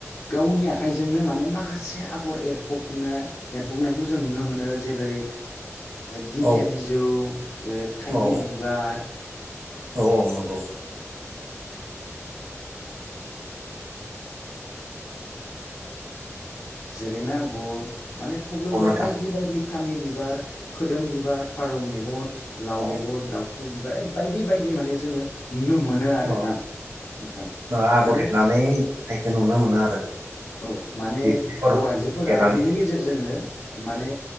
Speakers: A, on the left (about 65°); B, on the right (about 85°).
A: गावनि आखाइजोंनो माने माखासे आगर एरफबनो एरफबनायखौ जों नुनो मोनो जेरै दिंखिया
B: औ
A: बिजौ थाइगिर
B: औ
A: बिबार
B: औ औ नंगौ
A: जोरेमा आगर माने थब्ल
B: औ
A: बिबार
B: नोंथां
A: बायदि बायदि फामि बिबार, खोदोम बिबार, फारौ मेगन लाव
B: औ
A: बेगर, दाउथु बिबार ओ बायदि बायदि माने जोङो नुनो मोनो आरोना
B: अ
A: नोंथां
B: आगर
A: माने
B: एरनानैनायखौ नुनो मोनो आरो <unintelligible>
A: औ माने
B: बेफोर
A: बर'आइजोफोरा
B: एरनानै
A: बिनि गेजेरजोंनो माने